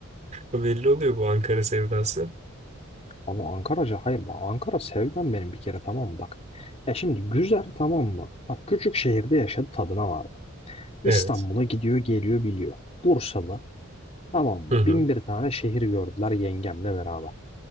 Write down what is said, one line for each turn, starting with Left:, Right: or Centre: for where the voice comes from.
Right: Ama Belli oluyor bu Ankara sevdası.
Left: Ama Ankara'ca hayır bak Ankara sevdam benim bir kere tamam mı bak. Ya şimdi güzel tamam mı? Bak küçük şehirde yaşadı tadına vardı. İstanbul'a
Right: Evet.
Left: gidiyor geliyor biliyor. Bursalı tamam mı?
Right: Hı hı.
Left: Bin bir tane şehir gördüler yengemle beraber.